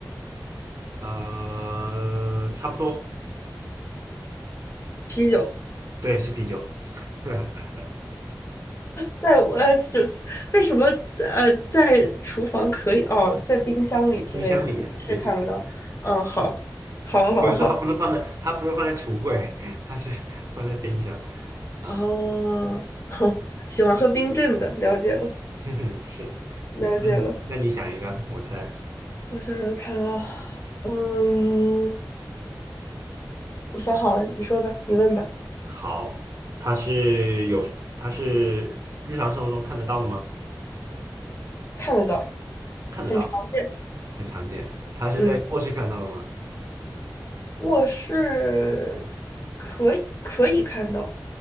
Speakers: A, on the right; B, on the left.
A: 呃，差不多，
B: 啤酒
A: 对，是啤酒，<laughs>
B: 在我呃，就是为什么呃在厨房可以哦，在冰箱里之类的，
A: 冰箱里对对对对，
B: 在卧室看不到。嗯，好，好，好，
A: 有时候它不是放在，
B: 好。
A: 它不是放在橱柜，它是放在冰箱啊，
B: 哦，哼，喜欢喝冰镇的，了解了，
A: <laughs> 哼哼，是，
B: 了解了。
A: 嗯，那你想一个，我猜。
B: 我想想看啊，嗯，我想好了，你说吧，你问吧。
A: 好，它是有，它是日常生活中看得到的吗？
B: 看得到，
A: 看得到，
B: 很常见。
A: 很常见。它是在卧室看得到的吗？
B: 嗯，卧室可以可以看到，